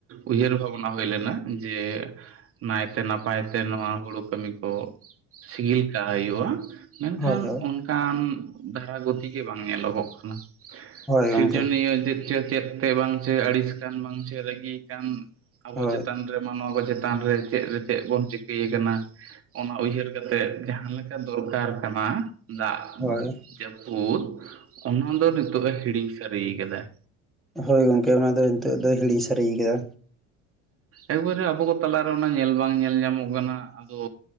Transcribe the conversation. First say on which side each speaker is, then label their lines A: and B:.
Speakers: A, on the right; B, in the centre.
A: ᱩᱭᱦᱟᱹᱨ ᱵᱷᱟᱵᱽᱱᱟ ᱦᱩᱭ ᱞᱮᱱᱟ, ᱡᱮ ᱱᱟᱭ ᱛᱮ ᱱᱟᱯᱟᱭ ᱛᱮ ᱱᱚᱣᱟ ᱦᱩᱲᱩ ᱠᱟᱹᱢᱤ ᱠᱚ ᱥᱤᱜᱤᱞ ᱠᱟᱜ ᱦᱩᱭᱩᱜᱼᱟ᱾ ᱢᱮᱱᱠᱷᱟᱱ
B: ᱦᱳᱭ ᱦᱳᱭ
A: ᱚᱱᱠᱟᱱ ᱫᱷᱟᱨᱟ ᱜᱚᱛᱤ ᱜᱮ ᱵᱟᱝ ᱧᱮᱞᱚᱜᱚᱜ ᱠᱟᱱᱟ᱾
B: ᱦᱳᱭ
A: ᱥᱤᱨᱡᱚᱱᱤᱭᱟᱹ
B: ᱜᱚᱝᱠᱮ
A: ᱪᱮᱫ ᱪᱚ ᱪᱮᱫᱛᱮ ᱵᱟᱝ ᱪᱚᱭ ᱟᱹᱲᱤᱥ ᱠᱟᱱ ᱵᱟᱝ ᱪᱚᱭ ᱨᱟᱹᱜᱤᱭ ᱠᱟᱱ᱾ ᱟᱵᱚ
B: ᱦᱳᱭ
A: ᱪᱮᱛᱟᱱ ᱨᱮ ᱢᱟᱱᱣᱟ ᱠᱚ ᱪᱮᱛᱟᱱ ᱨᱮ ᱪᱮᱫ ᱨᱮ ᱪᱮᱫ ᱵᱚᱱ ᱪᱤᱠᱟᱹᱭᱮ ᱠᱟᱱᱟ᱾ ᱚᱱᱟ ᱩᱭᱦᱟᱹᱨ ᱠᱟᱛᱮᱜ ᱡᱟᱸᱦᱟ ᱞᱮᱠᱟ ᱫᱚᱨᱠᱟᱨ ᱠᱟᱱᱟ᱾ ᱫᱟᱜ
B: ᱦᱳᱭ
A: ᱡᱟᱹᱯᱩᱫ ᱚᱱᱟ ᱫᱚ ᱱᱤᱛᱚᱜ-ᱮ ᱦᱤᱲᱤᱧ ᱥᱟᱹᱨᱤᱭ ᱠᱟᱫᱟᱭ᱾
B: ᱦᱳᱭ ᱜᱚᱢᱠᱮ ᱚᱱᱟ ᱫᱚᱭ ᱱᱤᱛᱚᱜ ᱫᱚᱭ ᱦᱤᱞᱤᱧ ᱥᱟᱹᱨᱤᱭ ᱠᱟᱫᱟ᱾
A: ᱮᱠᱵᱟᱨᱮ ᱟᱵᱚ ᱠᱚ ᱛᱟᱞᱟᱨᱮ ᱚᱱᱟ ᱧᱮᱞ ᱵᱟᱝ ᱧᱮᱞ ᱧᱟᱢᱚᱜ ᱠᱟᱱᱟ, ᱟᱫᱚ